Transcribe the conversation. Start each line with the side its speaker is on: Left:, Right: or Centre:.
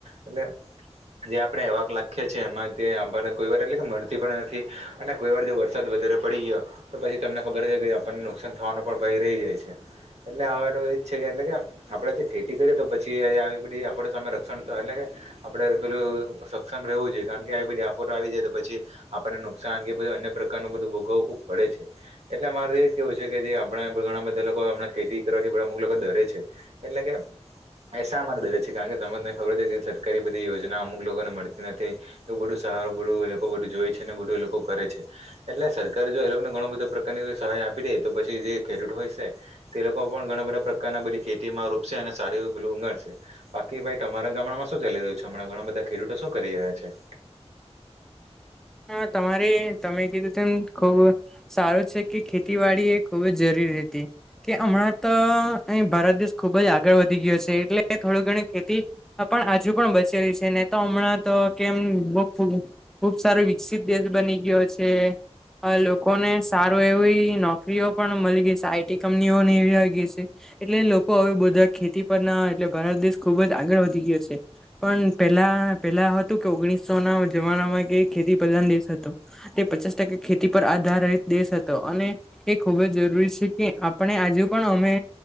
Right: એટલે જે આપણે આવાક નાખીએ એમાંથી આપને કોઈ વાર એટલે કે મળતી પણ નથી અને કોઈ વાર જો વરસાદ વધારે પડી ગયો તો પછી તમને ખબર છે કે આપણને નુકસાન થવાનું પણ ભય થઈ જાય છે એટલે હવે તો એ જ છે કે એટલે કે આપડે જે ખેતી કરીએ તો પછી આવી બધી આપડ સામે રક્ષણ તો આલે આપડે પેલું સક્ષમ રહેવું જોઈએ કારણ કે આ બધી આફોતો આવી જાય તો પછી આપણને નુકસાન કે બધું અન્ય પ્રકારનું બધું ભોગવું ખુબ પડે છે એટલે મારે એજ કેવું છે કે જે આપણે ઘણા બધા લોકો હમણાં ખેતી કરવાથી અમુક લોકો ડરે છે એટલે કે એ શા માટે ડરે છે કારણ કે તમ તને ખબર કે સરકારી બધી યોજના અમુક લોકોને મળતી નથી એવું બધું સારું બધું એ લોકો બધું જોય છે ને બધું એ લોકો કરે છે. એટલે સરકારે જો એ લોકોને ઘણો બધો પ્રકારની સહાય આપી દે તો પછી જે ખેડૂત હોય છે. તે લોકો પણ ઘણા બધા પ્રકારના બધી ખેતીમાં રોપશે અને સારી એવુ પેલું ઊગાડશે. બાકી ભાઈ તમારા ગામડામાં શું ચલી રહ્યું છે હણાં ઘણા બધા ખેડૂતો શું કરી રહ્યા છે
Centre: હા તમારે તમે કીધું તમ ખુબ સારું છે કે ખેતીવાડી એ ખૂબ જ જરૂરી હતી કે હમણાં તો અહી ભારત દેશ ખુબ જ આગળ વધી ગયો છે એટલે થોડું ઘણી ખેતી હમણાં પણ હજુ પણ બચેલી છે ને તો હમણાં તો કેમ બઉ સારો વિકસિત દેશ બની ગયો છે. અ લોકોને સારું એવી નોકરીઓ પણ મળી ગઈ છે આઈટી કંપનીઓને એવી આવી ગઈ છે. એટલે લોકો હવે બધા ખેતી પર ના એટલે ભારત દેશ ખુબ જ આગળ વધી ગયો છે. પણ પેલા પેલા હતું કે ઓગણીસો ના જમાનામાં કે એ ખેતી પ્રધાન દેશ હતો તે પચાસ ટકા ખેતી પર આધારિત દેશ હતો અને એ ખૂબ જ જરૂરી સે કે આપણે આજુ પણ અમે